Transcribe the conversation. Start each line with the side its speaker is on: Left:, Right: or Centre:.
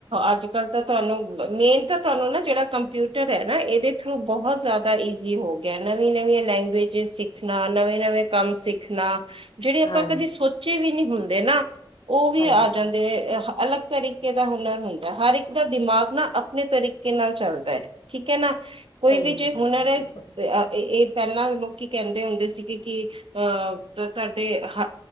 Right: ਅੱਜ ਕੱਲ ਤਾਂ ਤੁਹਾਨੂੰ ਮੇਨ ਤਾਂ ਤੁਹਾਨੂੰ ਨਾ ਜਿਹੜਾ ਕੰਪਿਊਟਰ ਹੈ ਨਾ ਇਹਦੇ ਥਰੂ ਬਹੁਤ ਜ਼ਿਆਦਾ ਈਜ਼ੀ ਹੋ ਗਿਆ ਨਵੀਂ-ਨਵੀਂ ਲੈਂਗੁਏਜ ਸਿੱਖਣਾ ਨਵੇਂ ਨਵੇਂ ਕੰਮ ਸਿੱਖਣਾ ਜਿਹੜੇ ਆਪਾਂ
Left: ਹਾਂਜੀ
Right: ਕਦੇ ਸੋਚੇ ਵੀ ਨਹੀਂ ਹੁੰਦੇ ਨਾ ਉਹ ਵੀ
Left: ਸਹੀ
Right: ਆ
Left: ਗੱਲ
Right: ਜਾਂਦੇ।
Left: ਹੈ,
Right: ਨੇ ਅਲੱਗ ਤਰੀਕੇ ਦਾ ਹੁਨਰ ਹੁੰਦਾ ਹਰ ਇੱਕ ਦਾ ਦਿਮਾਗ ਨਾ ਆਪਣੇ ਤਰੀਕੇ ਨਾਲ ਚੱਲਦੇ ਠੀਕ ਹੈ ਨਾ ਕੋਈ
Left: ਸਹੀ
Right: ਵੀ
Left: ਹੈ
Right: ਜੇ
Left: ਸਹੀ ਗੱਲ
Right: ਹੁਨਰ ਹੈ
Left: ਬਿਲਕੁਲ
Right: ਅ ੲਏ ਪਹਿਲਾਂ ਲੋਕੀ ਕਹਿੰਦੇ ਹੁੰਦੇ ਸੀਗੇ ਕਿ ਅਹ ਤੁਹਾਡੇ ਹ